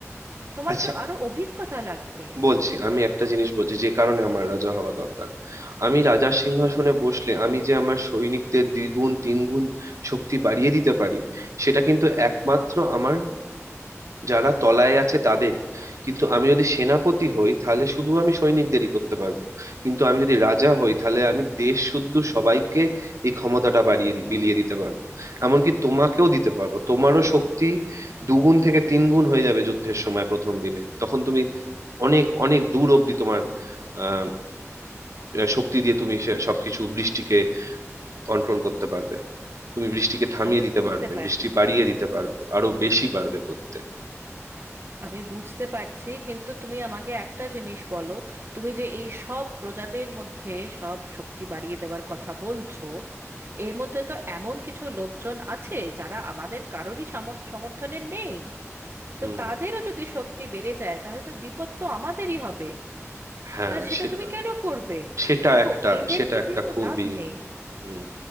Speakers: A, on the right; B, on the right.
A: তোমার
B: আচ্ছা
A: তো আরো অভিজ্ঞতা লাগবে
B: বলছি আমি একটা জিনিস বলছি যে কারণে আমার রাজা হওয়া দরকার আমি রাজার সিংহাসনে বসলে আমি যে আমার সৈনিকদের দ্বিগুণ তিনগুণ শক্তি বাড়িয়ে দিতে পারি সেটা কিন্তু একমাত্র আমার যারা তলায় আছে তাদেরই কিন্তু আমি যদি সেনাপতি হই তাহলে শুধু আমি সৈনিকদেরই করতে পারবো কিন্তু আমি যদি রাজা হই তাহলে আমি দেশ শুদ্ধ সবাইকে এই ক্ষমতাটা বাড়িয়ে দি- বিলিয়ে দিতে পারবো এমনকি তোমাকেও দিতে পারবো তোমারও শক্তি দুগুণ থেকে তিন গুণ হয়ে যাবে যুদ্ধের সময় প্রথম দিনে তখন তুমি অনেক অনেক দূর অব্দি তোমার আহ শক্তি দিয়ে তুমি সে- সবকিছু বৃষ্টিকে কন্ট্রোল করতে পারবে তুমি বৃষ্টিকে থামিয়ে
A: আমি
B: দিতে
A: বুঝতে
B: পারবে
A: পারছি
B: বৃষ্টি বাড়িয়ে দিতে পারবে আরো বেশি পারবে করতে
A: আমি বুঝতে পারছি কিন্তু তুমি আমাকে একটা জিনিস বলো তুমি যে এই সব প্রজাদের মধ্যে সব শক্তি বাড়িয়ে দেওয়ার কথা বলছো এর মধ্যে তো এমন কিছু লোকজন আছে যারা আমাদের কারোরই সামর- সমর্থনের নেই তো
B: হুম
A: তাদেরও যদি শক্তি বেড়ে যায় তাহলে তো বিপদ তো আমাদেরই হবে
B: হ্যাঁ
A: তা সেটা
B: সেটা
A: তুমি কেন করবে
B: সেটা
A: দেখো
B: একটা
A: এদেরকে
B: সেটা একটা
A: দিয়ে তো
B: খুবই
A: লাভ নেই
B: হুম